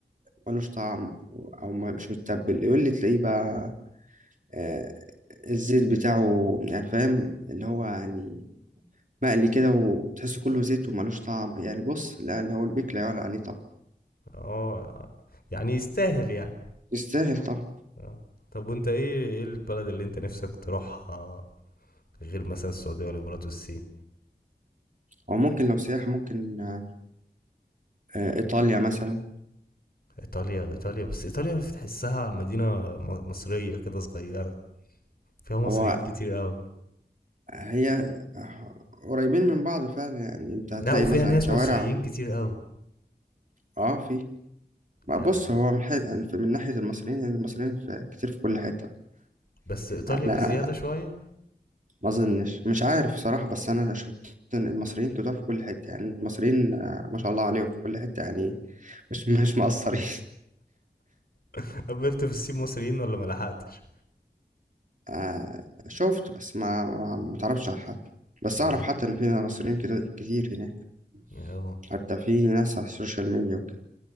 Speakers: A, on the right; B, on the left.
A: ملوش طعم أو ما- مش متبل إيه اللي تلاقيه بقى آه، الزيت بتاعه يعني فاهم اللي هو يعني مقلي كده وتحسه كله زيت وملوش طعم يعني بص لا اللي هو البيك لا يعلى عليه طبعا
B: اه يعني يستاهل يعني
A: يستاهل طبعا
B: اه طب وانت ايه ايه البلد اللي انت نفسك تروحها غير مثلا السعودية والامارات والصين
A: هو ممكن لو سياحة ممكن آه، آه، إيطاليا مثلا
B: ايطاليا ايطاليا بس ايطاليا بتحسها مدينة م- مصرية كده صغيرة فيها مصريين
A: هو
B: كتير قوي
A: هي قريبين من بعض فعلا يعني أنت هتلاقي
B: لا وفيها
A: مثلا
B: ناس
A: شوارع
B: مصريين كتير قوي
A: اه في بقى
B: يعني
A: بص هو من, حي... يعني في- من ناحية المصريين يعني المصريين في كتير في كل حتة
B: بس ايطاليا
A: أنا
B: بزيادة شوية
A: ما أظنش مش عارف صراحة بس أنا شفت إن المصريين كتير في كل حتة يعني المصريين آه، ما شاء الله عليهم في كل حتة يعني مش مش مقصرين
B: <laughs> قابلت في الصين مصريين ولا ما لحقتش
A: آه شفت بس ما ما ما تعرفش على حد بس
B: اه
A: اعرف حتى ان في مصريين كده كتير هناك
B: اه
A: حتى في ناس على السوشيال ميديا وكده